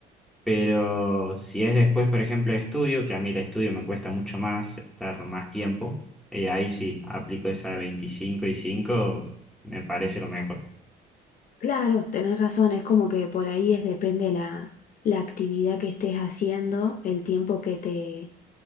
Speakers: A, in the centre; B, on the left.
A: Pero si es después, por ejemplo, de estudio, que a mí el estudio me cuesta mucho más estar más tiempo, eh, ahí sí, aplico esa 25 y 5 me parece lo mejor.
B: Claro, tenés razón, es como que por ahí es depende la, la actividad que estés haciendo, el tiempo que te,